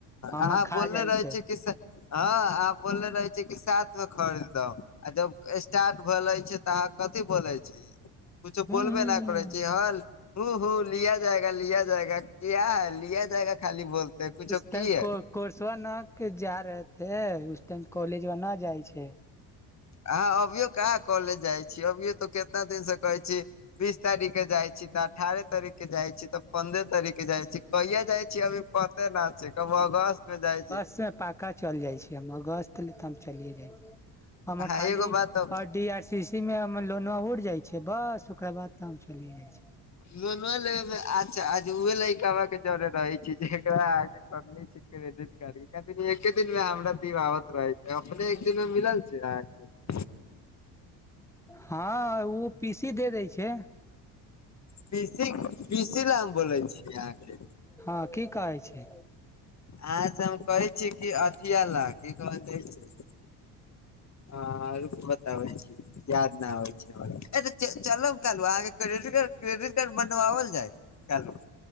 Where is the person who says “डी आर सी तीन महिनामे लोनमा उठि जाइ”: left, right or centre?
Centre